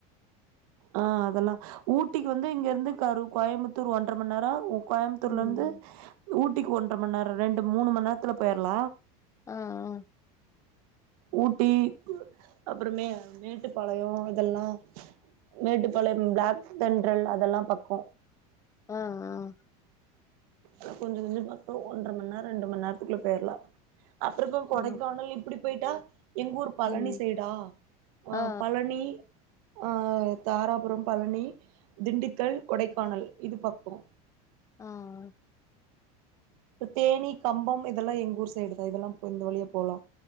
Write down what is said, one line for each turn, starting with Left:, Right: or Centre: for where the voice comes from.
Right: அ அதெல்லா ஊட்டிக்கு வந்து இங்க இருந்து கரு கோயம்புத்தூர் ஒன்ற மண் நேர ஆவு கோய்ம்ப்த்தூர்ல
Left: ம்
Right: இருந்து ஊட்டிக்கு ஒன்ற மண் நேரம் ரெண்டு மூணு மண் நேரத்துல போயிரலாம்
Left: ஆஹ்அஹ்
Right: ஊட்டி அப்பறமே மேட்டுப்பாளையம் இதெல்லா மேட்டுப்பாளையம் பிளாக் தென்றல் அதெல்லாம் பக்கோ
Left: ஆஹ் ஆஹ்
Right: ஆ கொஞ்சோ கொஞ்சோ பக்கம் ஒன்ற மண் நேரம் ரெண்டு மண் நேரத்துக்குள்ள போயிறலாம் அப்பறக்கும் கொடைக்கானல்
Left: ஆ ஆ
Right: இப்படி போயிட்டா எங்க ஊர் பழனி
Left: ம்
Right: சைடா அஹ்
Left: ஆ ஆ
Right: பழனி ஆஹ் ஆஹ் தாராபுரம் பழனி திண்டுக்கல் கொடைக்கானல் இது பக்கோ
Left: ஆஹ் ஆஹ்
Right: இப்ப தேனி கம்பம் இதெல்லாம் எங்க ஊர் சைடு தான் இதெல்லாம் இப்ப இந்த வழியா போலாம்